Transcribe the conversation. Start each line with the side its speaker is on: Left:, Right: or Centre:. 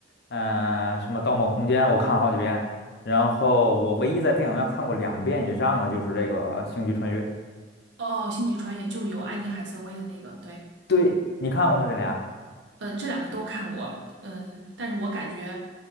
Left: 嗯、什么《盗梦空间》，我看了好几遍。然后我唯一在电影院看过两遍以上的就是这个呃星际穿越》。
Right: 哦，《星际穿越》就是有安妮海瑟薇的那个，对，
Left: 对，你看过吗？这俩？
Right: 呃，这两个都看过，嗯、但是我感觉，